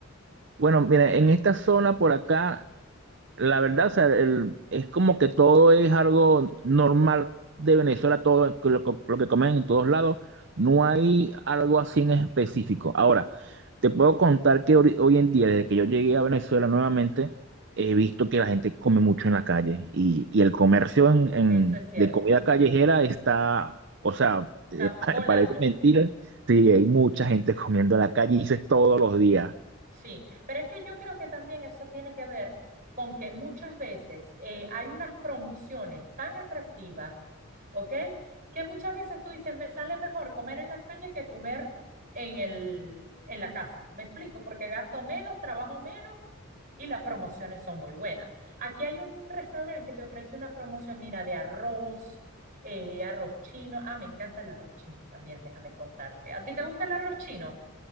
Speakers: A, on the right; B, on the right.
A: Bueno, mira, en esta zona por acá. La verdad, o sea, el- es como que todo es algo normal de Venezuela, todo es lo, que lo que comen en todos lados. No hay algo así en específico. Ahora, te puedo contar que hori- hoy en día, desde que yo llegué a Venezuela nuevamente, he visto que la gente come mucho en la calle y, y el comercio en, en-
B: Eso es cierto.
A: de comida callejera está, o sea,
B: Está
A: eh, pa-
B: volando,
A: parece mentira. Sí, hay mucha gente comiendo en la calle y eso es todos los días.
B: sí. Pero es que yo creo que también eso tiene que ver con que muchas veces eh, hay unas promociones tan atractivas, ¿ok? Que muchas veces tú dices, me sale mejor comer en la calle que comer en el, en la casa. ¿Me explico? Porque gasto menos, trabajo menos y las promociones son muy buenas. Aquí hay un restaurante que te ofrece una promoción, mira, de arroz, eh, arroz chino. Ah, me encanta el arroz chino también, déjame contarte. ¿A ti te gusta el arroz chino?